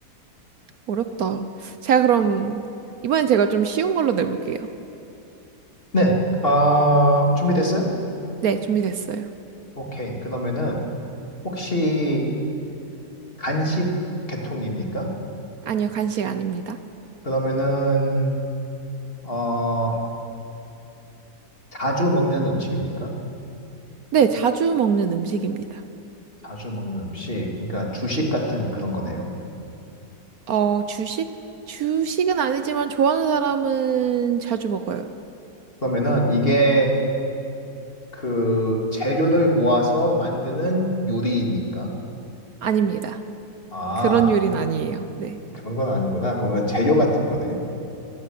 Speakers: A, on the right; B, on the left.
A: 어렵다. 제가 그럼, 이번엔 제가 좀 쉬운 걸로 내볼게요.
B: 네. 아, 준비됐어요?
A: 네, 준비됐어요.
B: 오케이. 그러면은 혹시 간식 계통입니까?
A: 아니요, 간식 아닙니다.
B: 그러면은 어, 자주 먹는 음식입니까?
A: 네, 자주 먹는 음식입니다.
B: 자주 먹는 음식. 그러니까 주식 같은 그런 거네요.
A: 어, 주식? 주식은 아니지만 좋아하는 사람은 자주 먹어요.
B: 그러면은 이게 그 재료를 모아서 만드는 요리입니까?
A: 아닙니다.
B: 아,
A: 그런 요리는 아니에요. 네.
B: 그런 건 아니구나. 그러면 재료 같은 거네.